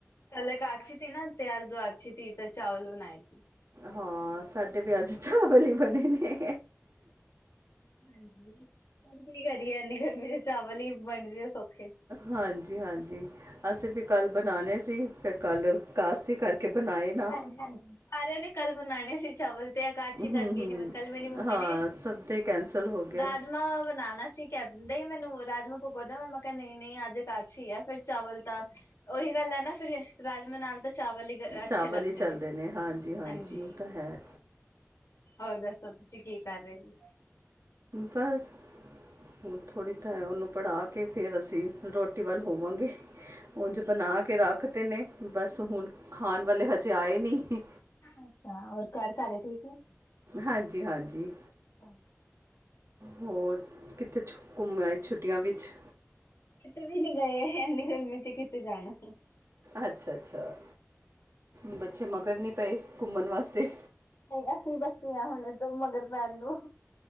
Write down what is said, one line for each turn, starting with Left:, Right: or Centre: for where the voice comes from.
Left: ਕੱਲ ਏਕਾਸ਼ੀ ਨਾ, ਤੇ ਅੱਜ ਦ੍ਵਆਰਛੀ ਸੀ, ਤੇ ਚਾਵਲ ਬਣਾਏ ਸੀ।
Right: ਹਾਂ, ਸਾਡੇ ਵੀ ਅੱਜ ਚਾਵਲ ਹੀ ਬਣੇ ਨੇ।
Left: ਹੁਣ ਕੀ ਕਰੀਏ, ਇਹਨੀ ਗਰਮੀ'ਚ ਚਾਵਲ ਹੀ ਬਣਦੇ ਆ ਸੋਖੇ।
Right: ਹਾਂਜੀ-ਹਾਂਜੀ, ਅਸੀਂ ਫਿਰ ਕੱਲ ਬਣਾਣੇ ਸੀ, ਫਿਰ ਕੱਲ ਕਾੱਸੀ ਕਰ ਕੇ ਬਣਾਏ ਨਾ
Left: ਹਾਂਜੀ-ਹਾਂਜੀ, ਸਾਰਿਆਂ ਨੇ ਕੱਲ ਬਨਾਣੇ ਸੀ। ਚਾਵਲ ਤੇ ਏਕਾਸ਼ੀ
Right: ਹੂੰ
Left: ਕਰਕੇ
Right: ਹੂੰ
Left: ਨ੍ਹੀ, ਕੱਲ ਮੇਰੀ ਮੰਮੀ
Right: ਹਾਂ
Left: ਨੇ
Right: ਸਭ ਦੇ ਕੈਂਸਲ ਹੋ ਗਿਆ
Left: ਰਾਜਮਾ ਬਣਾਣਾ ਕੀ ਕਹਿ ਦਿੰਦੇ ਮੈਨੂੰ, ਰਾਜਮਾ ਭਗੋਦਾ ਮੰਮਾ, ਮੈਂ ਕਿਹਾ ਨਹੀਂ-ਨਹੀਂ ਅੱਜ ਅਕਾਸ਼ੀ ਆ, ਫਿਰ ਚਾਵਲ ਤਾ ਓਹੀ ਗੱਲ ਹੈ ਨਾ ਫਿਰ, ਰਾਜਮਾਂ ਨਾਲ ਤਾਂ ਚਾਵਲ ਈ
Right: ਚਾਵਲ
Left: ਅੱਛੇ ਲੱਗਦੇ
Right: ਹੀ ਚੱਲਦੇ
Left: ਨੇ,
Right: ਹਾਂਜੀ
Left: ਹਾਂਜੀ।
Right: ਉਹ ਤਾਂ ਹੈ
Left: ਹੋਰ ਦੱਸੋ, ਤੁਸੀਂ ਕੀ ਕਰ ਰਹੇ ਸੀ?
Right: ਬਸ ਹੁਨ ਥੋੜ੍ਹੀ ਥ ਉਹਨੂੰ ਪੜ੍ਹਾਕੇ, ਫਿਰ ਅਸੀਂ ਰੋਟੀ ਵੱਲ ਹੋਵਾਂਗੇ। ਉਂਝ ਬਣਾਕੇ ਰੱਖਤੇ ਨੇ, ਬਸ ਹੁਣ ਖਾਣ ਵਾਲੇ ਹਜੇ ਆਏ ਨਹੀ।
Left: ਅੱਛਾ, ਹੋਰ ਘਰ ਸਾਰੇ ਠੀਕ ਐ?
Right: ਹਾਂਜੀ-ਹਾਂਜੀ।
Left: ਅੱਛਾ।
Right: ਹੋਰ, ਕਿੱਥੇ ਛੁ ਘੁੰਮ ਆਏ ਛੁੱਟੀਆਂ ਵਿੱਚ?
Left: ਕਿਤੇ ਵੀ ਨਹੀਂ ਗਏ, ਇਹਨੀਂ ਗਰਮੀ'ਚ ਕਿਤੇ ਜਾਣਾ।
Right: ਅੱਛਾ-ਅੱਛਾ, ਬੱਚੇ ਮਗਰ ਨਹੀਂ ਪਏ, ਘੁੰਮਣ ਵਾਸਤੇ?
Left: ਤੇ ਅਸੀਂ ਬੱਚੇ ਆਂ, ਹੁਣ ਇਹਦੋ ਮਗਰ ਪੈਣ ਨੂੰ।